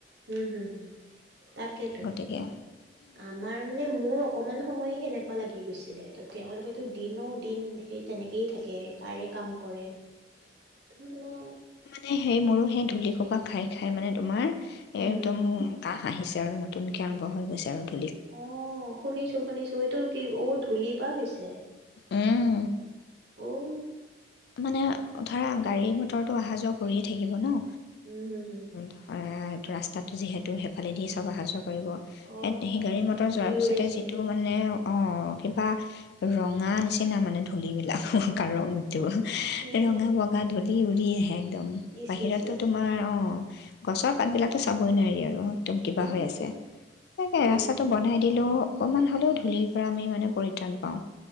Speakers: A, on the right; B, on the left.
A: ও, হু। তাকেইেটো।
B: গতিকে
A: আমাৰ মানে মোৰ অকমান সময়ে কেনেকুৱা লাগি গৈছিলে। ত' তেওঁলোকেতো দিন ঔ দিন সেই তেনেকেই থাকে, তাৰে কাম কৰে। ত' মানে
B: এ, সেই মোৰো সেই ধূলিসূপা খাই, খাই মানে তোমাৰ
A: উম
B: এইটো
A: হম
B: ম, ম কাঁহ আহিছে আৰু নতুনকে আৰম্ভ হৈ গৈছে আৰু ধূ
A: অ', শুনিছো, শুনিছো সেইটো কি? অ' ধূ ধূলি পা হৈছে?
B: উম,
A: অউ।
B: মানে, ধৰা গাড়ী-মটৰ ত' আহা-যোৱা কৰিয়ে থাকিব ন!
A: ও, হু, হু।
B: ধৰা ৰাস্তাটো যিহেতু সেই ফালেদিয়ে চব আহা-যোৱা কৰিব,
A: অ
B: সে-সেই গাড়ী-মটৰ
A: ধূলি
B: যোৱাৰ পিছতে,
A: উৰে চাগে
B: যিটো মানে অ', কিবা ৰঙা নিচিনা মানে ধূলিবিলাকো, কা ৰং। ৰঙা,
A: ই
B: বগা ধূলি উৰি আহে একদম।
A: ইচ
B: বাহিৰতটো
A: ইচ ইচ
B: তোমাৰ, অ'। গছৰ পাতবিলাকো চাবই নোৱাৰি আৰু। একদম কিবা
A: উম
B: হৈ আছে। তাকে,
A: উম
B: ৰাস্তাটো
A: উম
B: বনাই দিলেও অকণমান হ'লেও ধূলিৰ পৰা আমি মানে পৰিত্ৰাণ পাওঁ।